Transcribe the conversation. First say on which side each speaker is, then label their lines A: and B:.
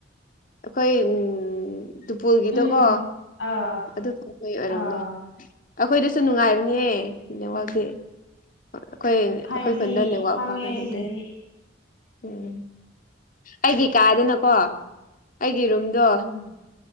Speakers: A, on the left; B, on the left.
A: ꯑꯩꯈꯣꯏ ꯎꯝ ꯇꯨꯄꯨꯜꯒꯤꯗꯣꯀꯣ
B: ꯎꯝ ꯑꯥ
A: ꯑꯗꯨꯐꯥꯎꯕꯒꯤ ꯑꯣꯏꯔꯝꯅꯤ
B: ꯑꯥ
A: ꯑꯩꯈꯣꯏꯗꯁꯨ ꯅꯨꯡꯉꯥꯏꯕꯅꯦꯍꯦ ꯅꯦꯠꯋꯥꯥꯛꯇꯤ
B: ꯐꯪꯉꯦ
A: ꯑꯩꯈꯣꯏ
B: ꯐꯥꯏꯚ
A: ꯑꯩꯈꯣꯏ
B: ꯖꯤ
A: ꯈꯨꯟꯗ ꯅꯦꯋꯥꯛ
B: ꯐꯪꯉꯦ
A: ꯐꯪꯗ꯭ꯔꯗꯤ
B: ꯁꯤꯗꯗꯤ
A: ꯑꯗꯩ ꯎꯝ ꯑꯩꯒꯤ ꯀꯥꯗꯨꯅꯀꯣ ꯑꯩꯒꯤ ꯔꯨꯝꯗꯣ
B: ꯎꯝ